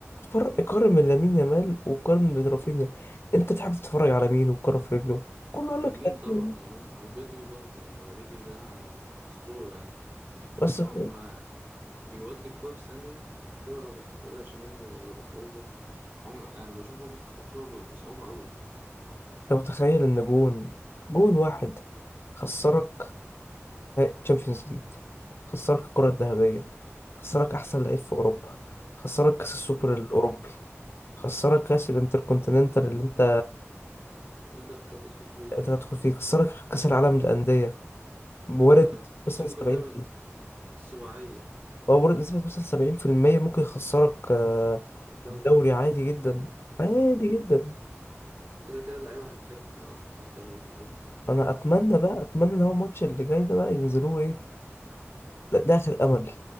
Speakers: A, on the left; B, on the right.
A: فرق
B: مم.
A: قارن من لامين يامال وقارن من رافينيا انت تحب تتفرج على مين والكره في رجله كله قال
B: لامين
A: لك
B: طبعا
A: لامين.
B: لامين وبدري برضه يعني بدري ده أسطورة يعني
A: بس
B: عم-
A: انت
B: ما بيودي الكرة في ثانية والكرة ما بتتقطعش منه ولا بصعوبة عم... يعني بشوفه بيفقد الكرة ب- بصعوبة قوي
A: متخيل ان جون جون واحد خسرك تشامبيونز ليج خسرك الكره الذهبيه خسرك احسن لعيب في اوروبا خسرك كاس السوبر
B: مم.
A: الاوروبي خسرك كاس الانتركونتيننتال اللي انت
B: اللي انت كنت هتدخل فيه
A: انت تدخل في كسرك كأس العالم للأندية بورد
B: ها،
A: نسبة
B: كنت
A: مثلا
B: ممكن
A: 70
B: تعمل السباعية
A: هو بورد نسبة مثلا 70% ممكن يخسرك آه،
B: الدوري
A: الدوري عادي جدا عادي
B: مم.
A: جدا
B: كده كده اللعيبة هلكانة أصلا هتعمل ايه في الدوري
A: انا اتمنى بقى اتمنى ان هو الماتش اللي جاي ده بقى ينزلوه ايه لا ده اخر امل